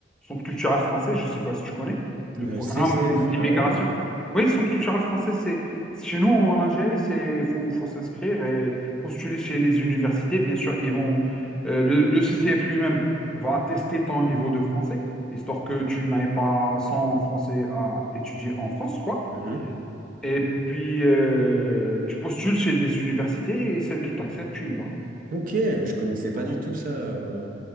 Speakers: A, in the centre; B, on the right (about 50°).
A: Centre culturel français, je ne sais pas si tu connais, le
B: Euh,
A: programme
B: CCF.
A: d'immigration.
B: Ah ouais, non?
A: Oui, Centre culturel français, c'est c'est chez nous en Algérie, c'est il faut, faut s'inscrire et postuler chez les universités. Bien sûr, ils vont euh, le, le CCF lui-même va tester ton niveau de français, histoire que tu n'ailles pas sans français à étudier en France, quoi.
B: Mhm.
A: Et puis, euh, tu postules chez des universités et celles qui t'acceptent, tu y vas.
B: Ok, mais je connaissais pas
A: Voilà.
B: du tout ça. euh.